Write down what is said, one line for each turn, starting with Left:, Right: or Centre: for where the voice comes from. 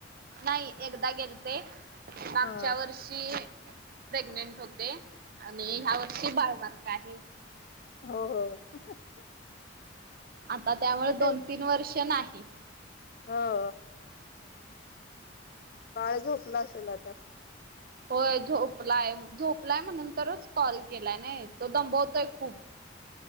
Right: नाही एकदा गेलते मागच्या
Left: हा
Right: वर्षी मी ई प्रेग्नेंट होते आणि ह्या वर्षी बाळमारक आहे
Left: हो हो <unintelligible>
Right: आता त्यामुळे
Left: किती
Right: दोन तीन वर्ष नाही
Left: हो बाळ झोपला असेल आता.
Right: होय झोपलाय झोपलाय म्हणंतरच कॉल केलाय नाही तो दंबवतोय खूप